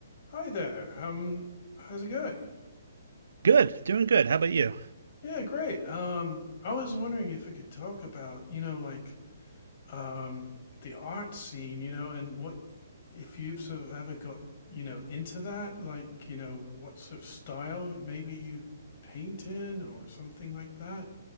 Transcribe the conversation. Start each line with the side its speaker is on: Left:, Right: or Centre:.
Left: Hi there. Um, how's it going?
Right: Good, doing good. How about you?
Left: Yeah, great. Um, I was wondering if we could talk about, you know, like, um, the art scene, you know, and what if you've sort of ever got, you know, into that, like, you know, what sort of style maybe you paint in or something like that.